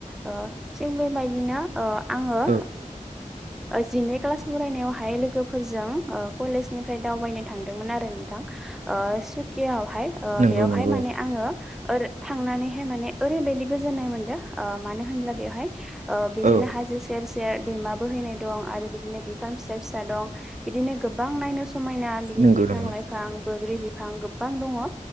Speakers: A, in the centre; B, on the right.
A: ओ थिग बेबायदिनो ओ आङो
B: औ
A: ओ जिनै क्लास फरायनायावहाय लोगो फोरजों ओ कलेजनिफ्राय दावबायनो थांदोंमोन आरो नोंथां ओ सुकियावहाय ओ
B: नंगौ
A: बेयावहाय
B: नंगौ
A: माने आङो ओर थांनानैहाय माने ओरैबायाददि गोजोननाय मोनदों मानो होनब्ला बेवहाय ओ बिदिनो
B: औ
A: हाजो सेर सेर दैमा बोहैनाय दं बिफां फिसा फिसा दं बिदिनो गोबां नायनो समायना समायना बिदिनो
B: नंगौ
A: बिफां
B: नंगौ
A: लाइफां
B: औ
A: बोग्रि बिफां गोबां दङो।